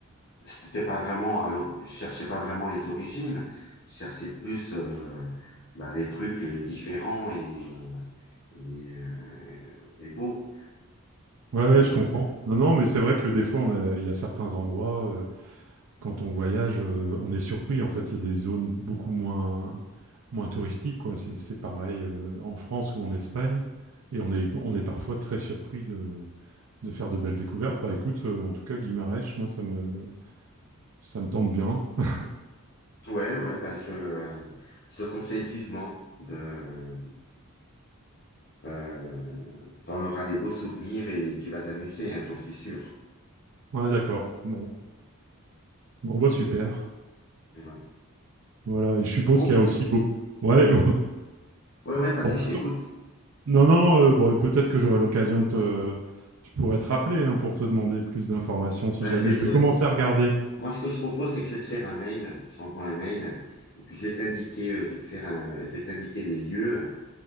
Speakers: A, on the left; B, on the right.
A: c'était pas vraiment, à l'o- je cherchais pas vraiment les origines, je cherchais plus euh, bah, des trucs euh, différents et, et, euh, et beaux.
B: Ouais, ouais,
A: Euh,
B: je comprends. Non, non, mais c'est vrai que des fois, on a, il y a certains endroits, euh, quand on voyage, euh, on est surpris. En fait, il y a des zones beaucoup moins, moins touristiques, quoi. C'est, c'est pareil, euh, en France ou en Espagne. Et on est, on est parfois très surpris de, de faire de belles découvertes. Bah écoute, euh, en tout cas, Guimarães, moi, ça me, ça me tente bien. <laughs>
A: ouais, ouais, bah, je, je te conseille vivement de, euh, t'en auras des beaux souvenirs et tu vas t'amuser, hein, j'en suis sûr.
B: Ouais, d'accord. Bon. Bon, bah super.
A: Ouais.
B: Voilà. Et je suppose
A: Bon,
B: qu'il
A: bah,
B: y a aussi beaucoup. Ouais, <laughs> bon, de
A: ouais, ouais, vas-y,
B: toute
A: je
B: façon,
A: t'écoute.
B: Non, non, euh, bon, peut-être que j'aurai l'occasion de te... Je pourrais te rappeler hein, pour te demander plus d'informations si
A: Bah,
B: jamais
A: je vais
B: je
A: te,
B: vais commencer à
A: bon.
B: regarder.
A: Moi, ce que je te propose, c'est que je vais te faire un mail, je t'envoie un mail, et puis je vais t'indiquer, euh, je vais te faire un, je vais t'indiquer des lieux.